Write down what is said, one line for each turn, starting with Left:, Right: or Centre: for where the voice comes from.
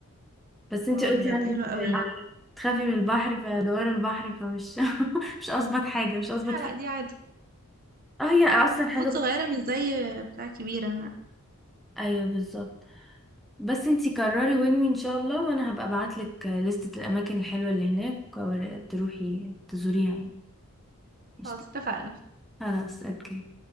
Centre: بس انتي
Right: واو
Centre: قلتي
Right: بجد
Centre: عندك
Right: حلو قوي
Centre: آه، تخافي من البحر فدوار البحر فمش <laughs> مش اظبط حاجة مش اظبط
Right: لا
Centre: فكرة
Right: لا دي عادي
Centre: اه هي اصلا حاجة
Right: بوت
Centre: ب...
Right: صغيرة مش زي بتاع كبيرة لا
Centre: ايوه بالظبط بس انتي قرري وين ان شاء الله وانا هبقى ابعتلك لستة الاماكن الحلوة اللي هناك وأوري- تروحي تزوريها يعني قشطة.
Right: خلاص اتفقنا
Centre: خلاص اوكي